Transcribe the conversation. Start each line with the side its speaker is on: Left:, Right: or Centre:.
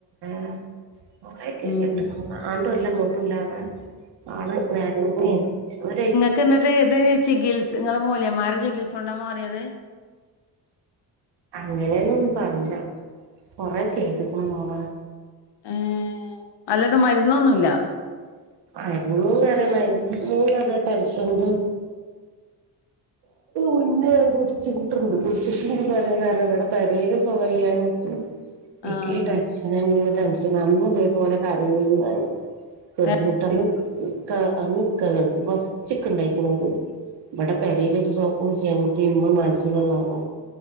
Right: <unintelligible> കൊറേ കെദിയട്ട്
Left: ഉം
Right: ആണ്ടുല്ല ഇങ്ങട്ടുല്ലാതെ ആള് നേര്ങ്ങെനി <unintelligible>
Left: ന്നട്ട് ഇത് ചികിത്സ, ഇങ്ങള് മൂല്യേമാരെ ചികിത്സകൊണ്ടാമാറിയത്
Right: അങ്ങനെന്നും പറീല കൊറെ ചെയ്ത് ക്ക്ണ് മോളേ
Left: ഏ അല്ലാതെ മരുന്നൊന്നുല്ല
Right: മര്ന്ന് ന്നറിയ മര്ന്ന്ന്നറിയ ടെൻഷൻ <unintelligible> <unintelligible> പിന്നെ കുട്ച്ചിട്ടുണ്ട് <unintelligible> ഇവടെ പെരേല്സുഖല്ല്യാഞ്ഞിട്ട് ഇക്കീ
Left: ആഹ്
Right: ടെൻഷന ടെൻഷൻ അന്നും ഇതേപോലെ കര്ഞ്ഞി <unintelligible>
Left: തെ
Right: ഇക്ക അന്ന് ഇക്ക ഗൾഫ് ഫസ്റ്റ് ഇക്ക ഇണ്ടായിക്ക്ണ്ത് ഇവടെ പെരേല് <unintelligible> ഇമ്മ മാൻസിക ഇള്ള ആളാ